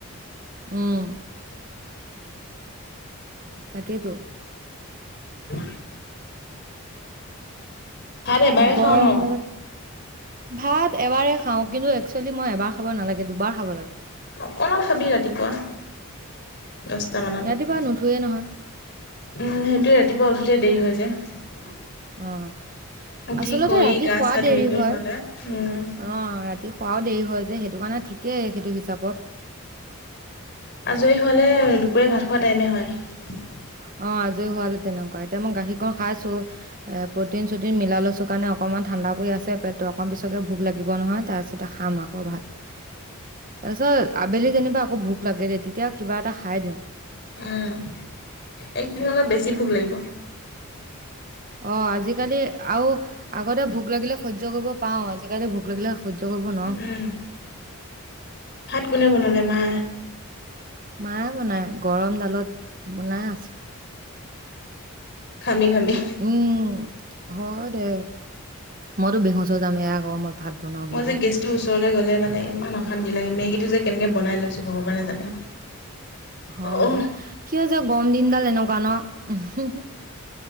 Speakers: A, on the right; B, on the left.
A: উম। তাকেই তোৰ
B: হয় ভাত এবাৰে
A: গৰম
B: খাওঁ ন
A: জালত ভাত এবাৰে খাওঁ কিন্তু একচুৱেলি মই এবাৰ খাব নালাগে দুবাৰ খাব লাগে
B: অকমান খাবি ৰাতিপুৱা দহটা মানত
A: ৰাতিপুৱা নুঠোৱেই নহয়
B: উম সেইটোৱে ৰাতিপুৱা উঠোতে দেৰি হৈ যায়
A: আহ
B: উঠি
A: আচলতে
B: কৰি
A: ৰাতি
B: গা
A: খুৱা
B: চা ধুই
A: দেৰি
B: কৰি
A: হয়
B: হ'লে
A: অ
B: উম
A: ৰাতি ৰাতি খোৱাও দেৰি হয় যে সেইটো কাৰণে ঠিকেই সেইটো হিচাপত
B: আজৰি হোৱালে দুপৰীয়া ভাত খোৱা টাইমে হয়
A: অ আজৰি হোৱালে তেনেকুৱা এতিয়া মই গাখীৰ খ খাইছো এ প্ৰটিন চটিন মিলা লৈছো কাৰণে অকনমান ঠাণ্ডা পৰি আছে পেটটো আকৌ পিছতে ভোক লাগিব নহয় তাৰপিছতে খাম আকৌ ভাত তাৰপিছত আবেলি যেনিবা আকৌ ভোক লাগে দে তেতিয়া কিবা এটা খাই দিওঁ
B: উম এইকেইদিন অলপ বেছি ভোক লাগিব
A: অ আজিকালি আৰু আগতে ভোক লাগিলে সহ্য কৰিব পাও আজিকালি ভোক লাগিলে সহ্য কৰিব নোৱাৰো
B: উম ভাত কোনে বনালে মা
A: মায়ে বনাই গৰম ডালত বনাই আছে
B: ঘামি ঘামি
A: উম হয় দে মইতো বেহুচ হৈ যামে আকৌ মই ভাত বনাও বুলি
B: মই যে
A: ক'লে
B: গেছটোৰ ওচৰলৈ গ'লে মানে ইমান অশান্তি লাগে মেকীটো যে কেনেকে বনাই লৈছোঁ ভগৱানে জানে।
A: হয়
B: অ
A: দে কি হৈছে গৰম দিনডাল এনেকুৱা ন উ